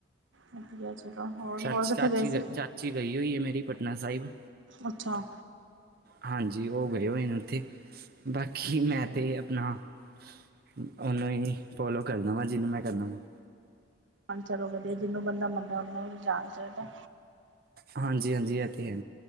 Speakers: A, on the right (about 80°); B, on the right (about 50°).
A: ਵਧੀਆ, ਚਲੋ ਹੋਰ
B: ਚਾਚੀ
A: ਹੋਰ ਕਿੱਥੇ
B: ਚਾਚੀ
A: ਗਏ ਸੀ।
B: ਗ ਚਾਚੀ ਗਈ ਹੋਈ ਹੈ ਮੇਰੀ ਪਟਨਾ ਸਾਹਿਬ
A: ਅੱਛਾ।
B: ਹਾਂਜੀ ਉਹ ਗਏ ਹੋਏ ਨੇ ਉੱਥੇ ਬਾਕੀ ਮੈਂ ਤੇ ਆਪਣਾ ਉਹਨੂੰ ਹੀ ਫੋਲੋ ਕਰਦਾ ਵਾ, ਜਿਹਨੂੰ ਮੈਂ ਕਰਨਾ ਵਾਂ
A: ਚਲੋ ਵਧੀਆ ਜਿਹਨੂੰ ਬੰਦਾ ਮੰਨੇ, ਉਹਨੂੰ ਹੀ ਜਾਣ ਚਾਹੀਦਾ।
B: ਹਾਂਜੀ-ਹਾਂਜੀ ਇਹ ਤੇ ਹੈ,